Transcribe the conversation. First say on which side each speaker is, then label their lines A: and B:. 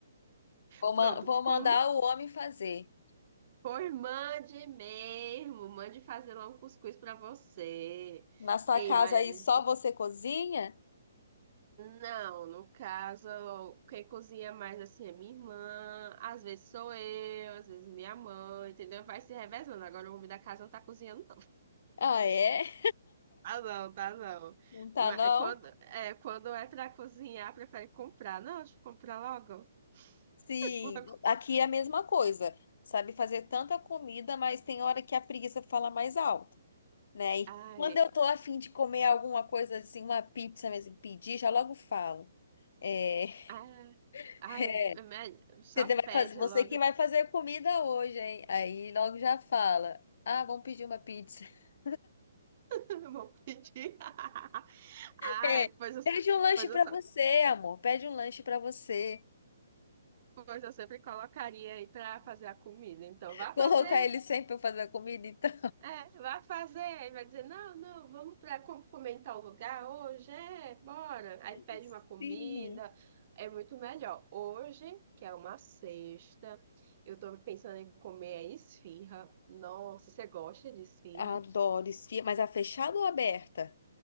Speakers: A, on the left; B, on the right.
A: Vou,
B: Pronto,
A: ma- vou
B: como
A: mandar o homem fazer.
B: por mande mesmo, mande fazer lá um cuscuz para você.
A: Na sua
B: Ei,
A: casa
B: mas
A: aí só você cozinha?
B: não, no caso, quem cozinha mais assim é minha irmã, às vezes sou eu, às vezes minha mãe, entendeu? Vai se revezando. Agora o homem da casa não tá cozinhando,
A: Ah, é?
B: Tá não, tá não.
A: Não tá
B: Mas
A: não?
B: quando é, quando é pra cozinhar, prefere comprar. Não, deixa eu comprar logo.
A: Sim,
B: <laughs> Logo.
A: aqui é a mesma coisa. Sabe fazer tanta comida, mas tem hora que a preguiça fala mais alto, né? E
B: Ai,
A: quando eu tô afim de comer alguma coisa assim, uma pizza mesmo, pedir, já logo falo. É, <laughs>
B: ai, ai,
A: é,
B: é me- só
A: você
B: pede
A: vai fazer, você
B: logo.
A: que vai
B: <laughs>
A: fazer comida hoje, hein? Aí logo já fala. Ah, vamos pedir uma pizza. <laughs>
B: Eu Vou pedir. <laughs> Ai,
A: É,
B: pois eu,
A: pede um lanche
B: pois
A: pra
B: eu, só,
A: você, amor. Pede um lanche pra você.
B: pois eu sempre colocaria aí pra fazer a comida. Então,
A: <laughs>
B: vá fazer.
A: Colocar ele sempre pra fazer a comida, então.
B: É, vai fazer, aí vai dizer, não, não, vamos para como fomentar o lugar hoje, é, bora.
A: <laughs>
B: Aí pede uma comida,
A: Sim,
B: é muito melhor. Hoje, que é uma sexta, eu tô pensando em comer esfirra. Nossa, você gosta de esfirra?
A: adoro esfirra. Mas a fechada ou aberta?